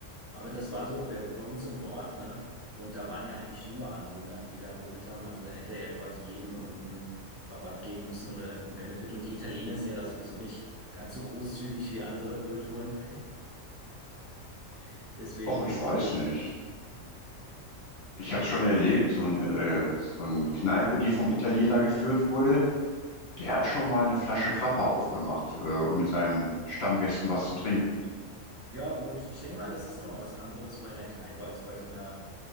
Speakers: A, on the right (about 15°); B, on the left (about 50°).
A: Aber das war so bei, bei uns im Ort, ne? Und da waren ja eigentlich nur Anwohner, die da geholt haben. Also dann hätte er ja quasi jedem irgendeinen Rabatt geben müssen oder irgendeinen Benefit. Und die Italiener sind ja da sowieso nicht ganz so großzügig wie andere Kulturen. <laughs> Deswegen.
B: Och, ich weiß nicht. Ich habe es schon erlebt, so ein, äh, so ein Kneipe, die vom Italiener geführt wurde, der hat schon mal eine Flasche Grappa aufgemacht, äh, um mit seinen Stammgästen was zu trinken.
A: Ja, gut. Ich denke mal, das ist nochmal was anderes bei einer Kneipe als bei so einer